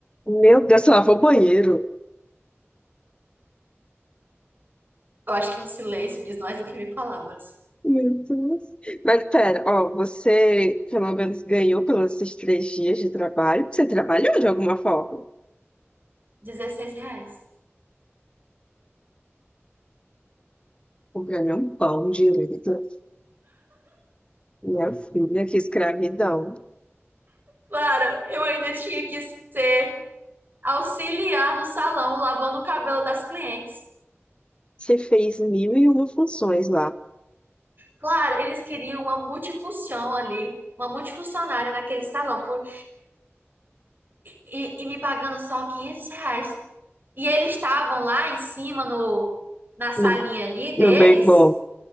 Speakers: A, on the left; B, on the right.
A: Meu Deus, você lavou o banheiro.
B: Eu acho que um silêncio diz mais do que mil palavras.
A: Meu Deus. Mas pera, ó, você pelo menos ganhou pelos esses três dias de trabalho, porque você trabalhou de alguma forma.
B: Dezesseis reais.
A: O prêmio é um pão direito. Minha filha, que escravidão.
B: Clara, eu ainda tinha que ser auxiliar no salão, lavando o cabelo das clientes.
A: Você fez mil e uma funções lá
B: Claro, eles queriam uma multifunção ali, uma multifuncionária naquele salão, por, e, e me pagando só 500 reais. E eles estavam lá em cima no, na salinha
A: no,
B: ali
A: no
B: deles,
A: Bem Bom